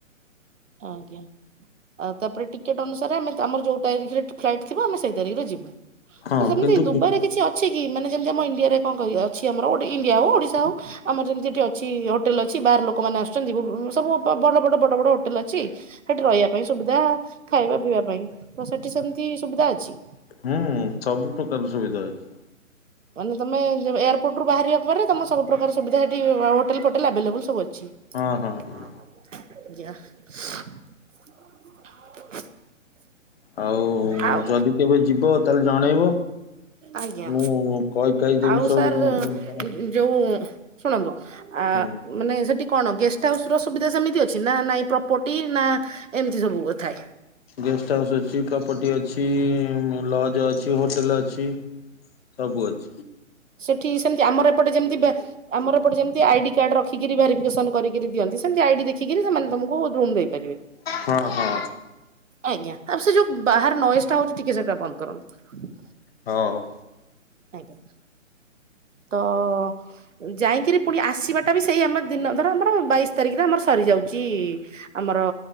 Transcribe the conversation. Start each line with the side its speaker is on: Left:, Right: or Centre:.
Right: ଆଜ୍ଞା। ଆଉ ତାପରେ ଟିକେଟ୍ ଅନୁସାରେ ଆମେ ଆମର ଯୋଉ ତାରିଖରେ ଫ୍ଲାଇଟ୍ ଥିବ ଆମେ ସେଇ ତାରିଖରେ ଯିବୁ।
Left: ହଁ
Right: ତ ସେମିତି
Left: କିନ୍ତୁ
Right: ଦୁବାଇରେ
Left: ଗୁ
Right: କିଛି ଅ ଛି କି ମାନେ ଯେମିତି ଆମ ଇଣ୍ଡିଆରେ କଣ ଅଛି ଆମର ଇଣ୍ଡିଆ ହଉ ଓଡିଶା ହଉ ଆମର ଯେମତି ଅଛି ହୋଟେଲ ଅଛି ବାହାର ଲୋକମାନେ ଆସୁଛନ୍ତି ସବୁ ବଡ ବଡ ବଡ ବଡ ହୋଟେଲ ଅଛି ସେଠି ରହିଆ ପାଇଁ ସୁବିଧା ଖାଇବା ପିଇବା ପାଇଁ ତ ସେଠି ସେମତି ସୁବିଧା ଅଛି।
Left: ହୁଁ ସବୁ ପ୍ରକାର ସୁବିଧା ଅଛି।
Right: ମାନେ ତମେ ଏୟାରପୋର୍ଟରୁୁ ବାହାରିବା ପରେ ତମେ ସବୁ ପ୍ରକାର ସୁବିଧା ସେଠି ହୋଟଲ ଫୋଟେଲ ଆଭେଲେବୁଲ ସବୁ ଅଛି।
Left: ହଁ ହଁ। ହଁ
Right: <inaudible>
Left: ଆଉ
Right: ଆଉ
Left: ଯଦି କେବେ ଯିବ ତାହେଲେ ଜଣେଇବ।
Right: ଆଜ୍ଞା।
Left: ମୁଁ କହି କାହି ଦେବି
Right: ଆଉ
Left: ସବୁ
Right: ସାର୍
Left: କେମିତି କଣ
Right: ଯୋଉ ଶୁଣନ୍ତୁ ଆ
Left: ହୁଁ
Right: ମାନେ ସେଠି କଣ ଗେଷ୍ଟ ହାଉସ ର ସୁବିଧା ସେମିତି ଅଛି ନା ନାଇଁ ପ୍ରପର୍ଟି ନା ଏମତି ସବୁ କଥାଏ।
Left: ଗେଷ୍ଟ ହାଉସ୍ ଅଛି, ପ୍ରପର୍ଟି ଅଛି, ଲଜ ଅଛି, ହୋଟେଲ ଅଛି। ସବୁ ଅଛି।
Right: ଠିକ୍ ସେମତି ଆମର ଏପଟେ ଯେମିତି ଆମର ଏପଟେ ଯେମତି ଆଇଡି କାର୍ଡ ରଖିକିରି ଭେରିଫିକେସନ କରିକିରି ଦିଅନ୍ତି ସେମତି ଆଇଡି ଦେଖିକିରି ସେମାନେ ତମକୁ ରୁମ୍ ଦେଇପାରିବେ
Left: ହଁ ହଁ
Right: ଆଜ୍ଞା। ଆଉ ସେ ଯୋଉ ବାହାରେ ନଏଜ୍ ଟା ହଉଛି ଟିକେ ସେଟା ବନ୍ଦ କରନ୍ତୁ।
Left: ହଁ।
Right: ଆଜ୍ଞା। ତ ଅଁ, ଯାଇକିରି ପୁଣି ଆସିବାଟା ବି ସେଇ ଆମ ଦିନ ଧର ଆମର ବାଇଶି ତାରିଖରେ ଆମର ସରିଯାଉଚି ଆମର